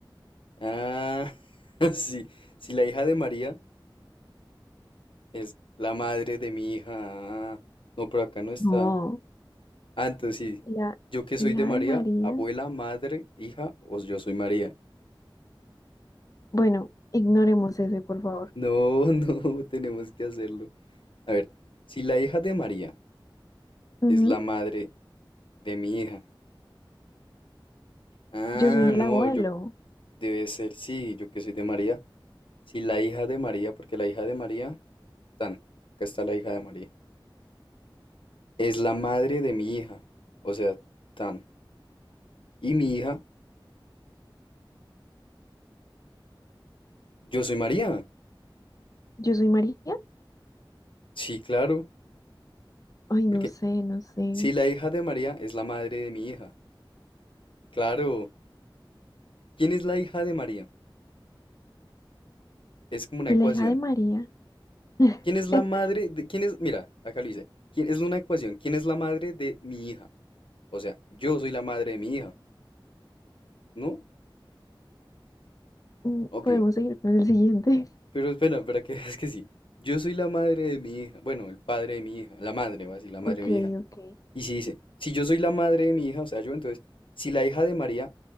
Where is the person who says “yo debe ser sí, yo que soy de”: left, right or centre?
Left